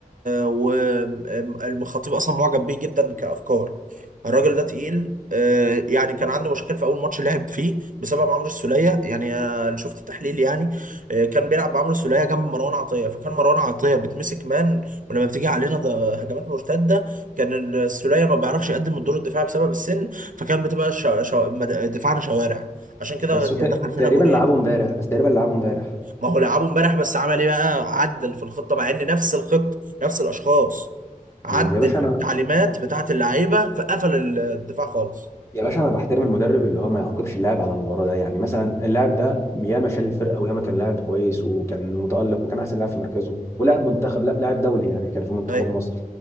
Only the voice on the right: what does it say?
والخطيب اصلا معجب بيه جدا كافكار الراجل ده تقيل آه، يعني كان عنده مشاكل في اول ماتش لعب فيه بسبب عمرو السوليه يعني آه، اللي شفت التحليل يعني آه، كان بيلعب بعمرو السوليه جنب مروان عطيه فكان مروان عطيه بتمسك مان ولما بتيجي علينا ده هجمات مرتده كان السولية ما بيعرفش يقدم الدور الدفاعي بسبب السن فكان بتبقى شو... شو... مد- دفاعنا شوارع عشان كده
دخل فينا
جولين
ما هو لعبه امبارح بس عمل ايه بقى عدل في الخطة مع ان نفس الخطة نفس الاشخاص عدل
في
التعليمات بتاعة اللعيبة فقفل الدفاع خالص
مم.
مم.
ايوه